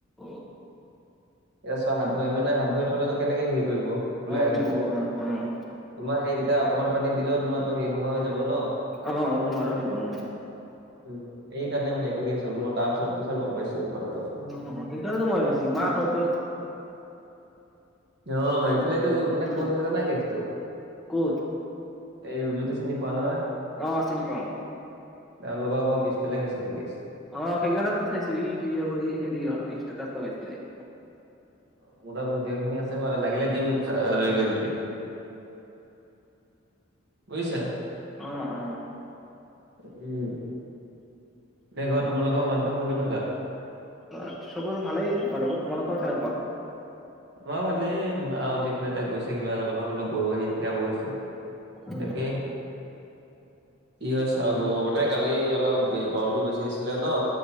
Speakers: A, in the centre; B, on the right.
A: অ।
B: এতিয়া চোৱা হাত ভৰি মানে হাত ভৰি নহলেতো কেনেকে হেৰী কৰিব ওলাই
A: অ', উঠিব
B: আহিব?
A: অ', অ',
B: তোমাৰ সেই তেতিয়া অকমান পানীত দিলেও তোমাৰটো সেই নোহোৱা হৈ যাব ন?
A: অহ নোৱাৰা হৈ যাব অহ।
B: উম এই কাৰণে মানে এইটো কেচ হ'ল মই তাৰ পিছত পিছত গম পাইছোঁ কথাটো।
A: অহ সেইকাৰণেতো মই ভাবিছোঁ ইমান ওচৰত
B: অহ এইফালেটো মানে
A: উম।
B: ক'ত হৈছে জানা কেচটো?
A: ক'ত?
B: এই ৰূপজ্যোতি চিনি পোৱা নহয়?
A: অহ চিনি পাওঁ।
B: তেওঁলোকৰ ঘৰ পিছফালে হৈছে এইটো কেচ।
A: অ সেইকাৰণে টো চাইছো ই ভিডিঅ' কৰি হেৰী ষ্টেটাচ লগাইছিলে।
B: মোৰ তাত ভিডিঅ' খিনি আছে বাৰু লাগিলে দিম চা লাগে
A: অ'।
B: যদি। বুজিছা?
A: অ অ।
B: উম, এতিয়া ঘৰত তোমালোকৰ মাটি দোখৰ কেনেকুৱা?
A: ঘৰত চবৰ ভালেই বাৰু, তোমালোকৰ কেনেকুৱা?
B: আমাৰো ভালেই, মা উঠি পেলাই এতিয়া গৈছে কিবা এটা বনাবলৈ গৰু গাখীৰ খীৰাব গৈছে।
A: উম।
B: তাকে। কি হয় চাওঁ গৰু মানে কালি অলপ গৰমটো বেছি দিছিলে ন?